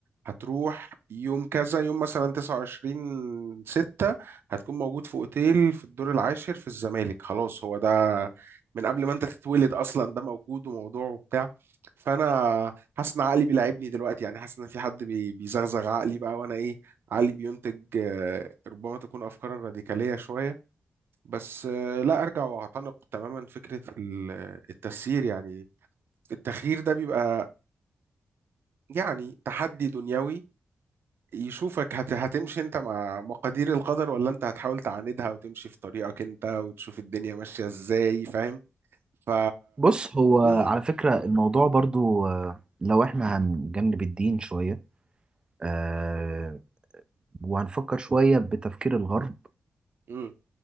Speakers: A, on the right; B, on the right.
A: هتروح يوم كذا يوم مثلا 29 ستة هتكون موجود في اوتيل في الدور العاشر في الزمالك خلاص هو ده من قبل ما انت تتولد اصلا ده موجود وموضوع وبتاع فانا حاسس ان عقلي بيلعبني دلوقتي يعني حاسس ان في حد بي- بيزغزغ عقلي بقى وانا ايه عقلي بينتج آه، ربما تكون افكارا راديكاليه شويه بس آه، لا ارجع واعتنق تماما فكره ال- التسيير يعني التخيير ده بيبقى يعني تحدي دنيوي يشوفك هت... هتمشي انت مع مقادير القدر ولا انت هتحاول تعاندها وتمشي في طريقك انت وتشوف الدنيا ماشية ازاي فاهم ف
B: بص هو على
A: امم
B: فكرة الموضوع برضو آه، لو احنا هنجنب الدين شوية آه، وهنفكر شوية بتفكير الغرب
A: امم